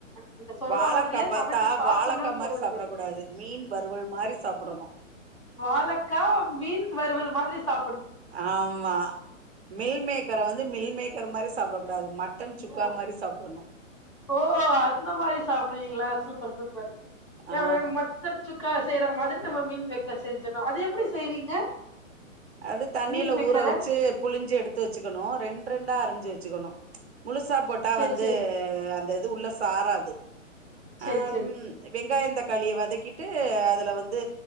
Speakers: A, on the left; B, on the right.
A: நீங்க சொல்ற
B: வாழக்கா
A: மாதிரியே
B: பாத்தா
A: சமைச்சு சாப்புட்ணுன்னு
B: வாழக்கா மாரி
A: தோணுது
B: சாப்பிட கூடாது மீன் வறுவல் மாரி சாப்பிடணு
A: வாழக்கா மீன் வறுவல் மாதிரி சாப்
B: ஆமா மீல் மேக்கர வந்து மீல் மேக்கர் மாரி சாப்பட கூடாது மட்டன் சுக்கா
A: ஆ
B: மாரி சாப்பிடணு
A: ஓ அந்த மாரி சாப்பிடுவீங்களா சூப் பர் சூப்பர் த
B: ஆ
A: வந்து மட்டன் சுக்கா செய்ரா மாரி நம்ப மீன் மேக்கர் செஞ்ச னு அது எப்படி செய்வீங்க
B: அது தண்ணியில
A: மீன் மேக்கர
B: ஊற வச்சு புழிஞ்சு எடுத்து வச்சுக்கணு ரெண்டு ரெண்டா அரிஞ்சு வ ச்சுக்கணு முழுசா போட்டா
A: சேரி
B: வந்து
A: சேரி
B: அந்த து உள்ள ஸ் சாராது
A: சேரி
B: ஆ
A: சேரி
B: ம் வெங்காயந்தக் காளிய வதக்கிட் டு அதுல வந்து